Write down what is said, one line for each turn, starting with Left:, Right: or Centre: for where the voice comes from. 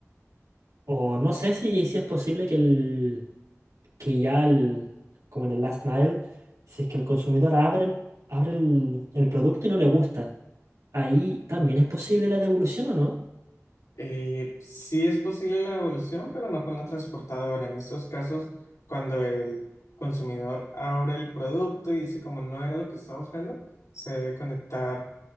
Right: O no sé si, si es posible que, el, que ya, el, como en el last mile, si es que el consumidor abre el, abre el, el producto y no le gusta, ahí también es posible la devolución o no.
Left: Eh, sí es posible la devolución, pero no con la transportadora. En estos casos, cuando el consumidor abre el producto y dice como no era lo que estaba buscando, se debe conectar,